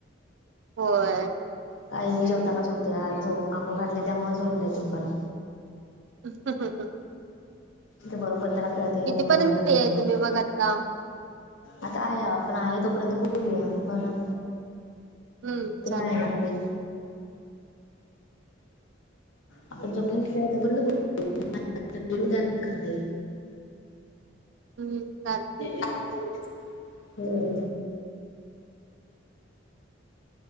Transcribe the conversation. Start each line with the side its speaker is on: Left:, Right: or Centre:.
Right: होय.
Left: काही मी जेवताना सु उडते आज झोप अंंगो घातले त्यामुळे झोपलाय त्यो पण.
Right: ह ह ह.
Left: थ बरोबर त्याला कळते
Right: कितीपर्यंत
Left: जेव लागलं
Right: फ्री आहे
Left: ते.
Right: तुम्ही मग आता?
Left: आता आहे आपण आहे तोपर्यंत बोलूया हो ना
Right: हम्म
Left: तुम्ही
Right: चाल
Left: आहे ना फ्री? आपण जोपर्यंत फ्री आहे तोपर्यंत बोल उद्या आठ करता येईल.
Right: हम्म चालतंय
Left: चालतंय की होय.